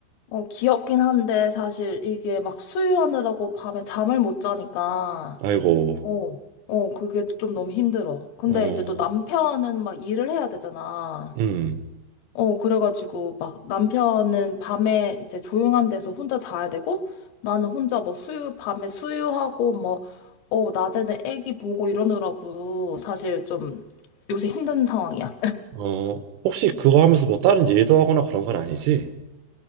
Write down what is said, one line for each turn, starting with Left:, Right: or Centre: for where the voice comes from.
Left: 어, 귀엽긴 한데 사실 이게 막 수유하느라고 밤에 잠을 못 자니까
Right: 아이고,
Left: 어, 어, 그게 좀 너무 힘들어. 근데
Right: 어,
Left: 이제 또 남편은 막 일을 해야 되잖아.
Right: 음,
Left: 어, 그래가지고 막 남편은 밤에 이제 조용한 데서 혼자 자야 되고 나는 혼자 뭐 수유, 밤에 수유하고 뭐, 어, 낮에는 애기 보고 이러느라고 사실 좀 요새 힘든 상황이야.
Right: 어, 혹시 그거 하면서 뭐 다른 일도 하거나 그런 건 아니지?